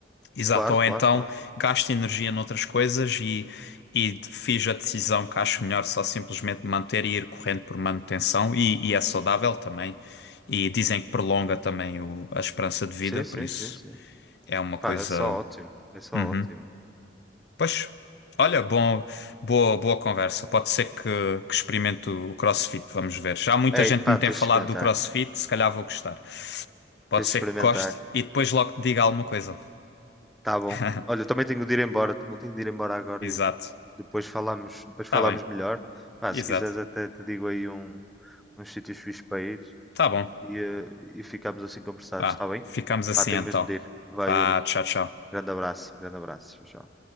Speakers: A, on the left; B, in the centre.
A: exato,
B: Claro,
A: ou
B: claro,
A: então
B: claro.
A: gasta energia noutras coisas e, e fiz a decisão que acho melhor só simplesmente manter e ir correndo por manutenção e, e é saudável também. E dizem que prolonga também o- a esperança de vida,
B: Sim,
A: por
B: sim,
A: isso
B: sim, sim.
A: é uma coisa.
B: Pá, é só ótimo. É só
A: Uhum.
B: ótimo.
A: Pois, olha, bom, boa, boa conversa. Pode ser que, que experimente o o CrossFit, vamos ver. Já muita
B: Ei,
A: gente
B: pá,
A: me tem
B: tens
A: falado
B: de experimentar.
A: do CrossFit, se calhar vou gostar. Pode
B: Tens de
A: ser
B: experimentar.
A: que goste e depois logo te diga alguma coisa.
B: Tá bom.
A: <laughs>
B: Olha, eu também tenho de ir embora. Também tenho de ir embora agora
A: Exato.
B: e depois falamos, depois falamos
A: Tá bem,
B: melhor. Pá,
A: exato.
B: se quiseres até te digo aí um, uns sítios fixos para ir
A: Tá bom.
B: e, eh, e ficamos assim conversados,
A: Vá,
B: está bem?
A: ficamos assim
B: Pá, tenho
A: então.
B: mesmo de ir. Vai,
A: Vá,
B: Yuri.
A: tchau, tchau.
B: Grande abraço, grande abraço. Tchau, tchau.